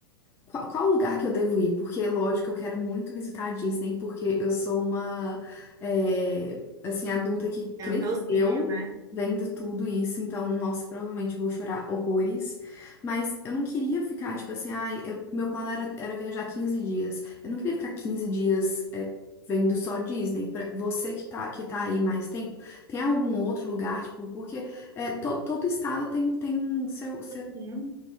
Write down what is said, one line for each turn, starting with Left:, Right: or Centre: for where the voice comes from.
Left: Qual, qual lugar que eu devo ir? Porque, lógico, eu quero muito visitar a Disney, porque eu sou uma, é, assim, adulta que
Right: É,
Left: cresceu
Right: é o sonho, né?
Left: vendo tudo isso, então, nossa, provavelmente eu vou chorar horrores. Mas eu não queria ficar, tipo assim, ai, eu- meu plano era, era viajar 15 dias. Eu não queria ficar 15 dias, é, vendo só Disney. Pra você que tá, que tá aí mais tempo, tem algum outro lugar, tipo, porque é, to- todo estado tem, tem seu
Right: Uhum.